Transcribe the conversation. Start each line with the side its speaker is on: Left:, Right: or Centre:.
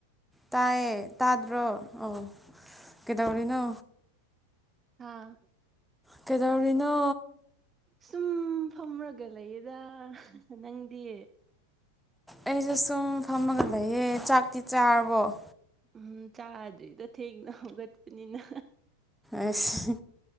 Centre: ꯇꯥꯏꯌꯦ ꯇꯥꯗ꯭ꯔꯣ ꯑꯥ ꯀꯩꯗꯧꯔꯤꯅꯣ
Right: ꯍꯥꯥ
Centre: ꯀꯩꯗꯧꯔꯤꯅꯣ
Right: ꯁꯨꯝ ꯐꯝꯔꯒ ꯂꯩꯌꯦꯗ ꯅꯪꯗꯤ
Centre: ꯑꯩꯖꯨ ꯁꯨꯝ ꯐꯝꯃ ꯆꯛꯇꯤ ꯆꯥꯔꯕꯣ
Right: ꯎꯝ ꯆꯥꯗ꯭ꯔꯤꯗ ꯊꯦꯡꯅ ꯍꯧꯒꯠꯄꯅꯤꯅ
Centre: ꯑꯁ